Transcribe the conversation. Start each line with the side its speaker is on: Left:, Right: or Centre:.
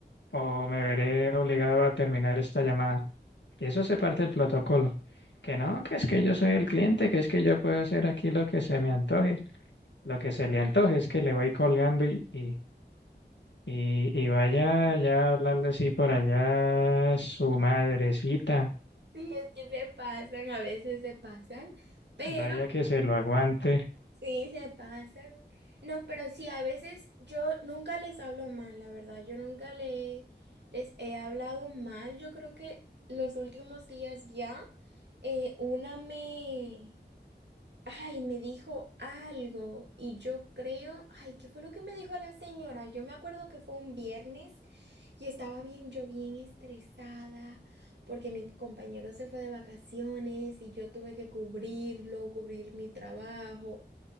Left: o me veré obligado a terminar esta llamada. Y eso se parte del protocolo. Que no, que es que yo soy el cliente, que es que yo puedo hacer aquí lo que se me antoje. lo que se le antoje es que le voy colgando y, y, y, y vaya ya a hablarle así por allá a su madrecita,
Right: Sí, es que se pasan, a veces se pasan, pero...
Left: vaya que se lo aguante.
Right: Sí, se pasan. No, pero sí, a veces yo nunca les hablo mal, la verdad. Yo nunca le, les he hablado mal. Yo creo que los últimos días ya, eh, una me, ay, me dijo algo y yo creo, ay, ¿qué fue lo que me dijo la señora? Yo me acuerdo que fue un viernes y estaba bien, yo bien estresada porque mi compañero se fue de vacaciones y yo tuve que cubrirlo, cubrir mi trabajo.